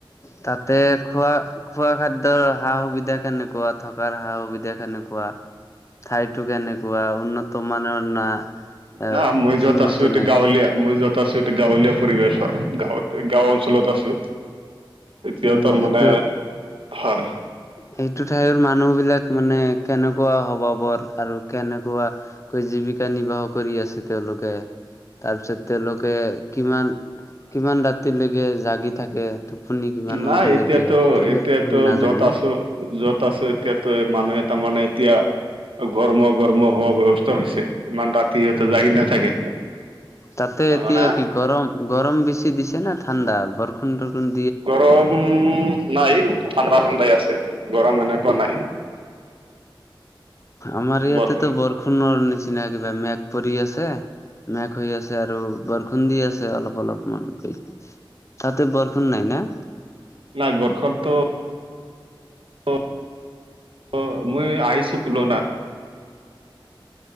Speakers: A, on the left; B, on the right.
A: তাতে খোৱা খোৱা খা দ্যৰ সা সুবিধা কেনেকুৱা থকাৰ সা সুবিধা কেনেকুৱা? ঠাইটো কেনেকুৱা উন্নত মানৰ না? এ
B: না মই যত
A: উন্নত
B: আছো এতিয়া
A: নাই
B: গাঁৱলীয়া মই যত আছো এতিয়া গাঁৱলীয়া পৰিৱেশ হয়, গাঁৱত গাঁও অঞ্চলত আছো। এতিয়া
A: উম
B: তাৰমানে
A: সেইটো
B: হয়
A: সেইটো ঠাইৰ মানুহ বিলাক মানে কেনেকুৱা হবাবৰ আৰু কেনেকুৱা? জীৱিকা নিৰ্বাহ কৰি আছে তেওঁলোকে। তাৰপিছত তেওঁলোকে কিমান কিমান ৰাতিলৈকে জাগি থাকে? শুনি কিমান সোনকালে
B: নাই এতিয়াতো
A: দিয়ে তাকে
B: এতিয়াতো
A: আপুনি নাজানে
B: য'ত
A: না?
B: আছো যত আছো এতিয়াতে মানুহে তাৰমানে এতিয়া ঘৰমোৱা ঘৰমোৱা হোৱা ব্যৱস্থা হৈছে ইমান ৰাতি সিহঁতে
A: উম
B: জাগি নাথাকে
A: তাতে
B: তাৰমানে
A: এতিয়া কি গৰম গৰম বেছি দিছে না ঠাণ্ডা? বৰষুণ তৰখুণ
B: গৰম নাই ঠাণ্ডা ঠাণ্ডাই আছে, গৰম এনেকুৱা নাই।
A: আমাৰ ইয়াতেতো
B: বৰ
A: বৰষুণৰ নিচিনা একেবাৰে মেঘ পৰি আছে। মেঘ হৈ আছে আৰু বৰষুণ দি আছে অলপ অলপমান কৈ। তাতে বৰষুণ নাই না।
B: নাই বৰষুণটো অ‌ অ মই আহিছোঁ কিলো না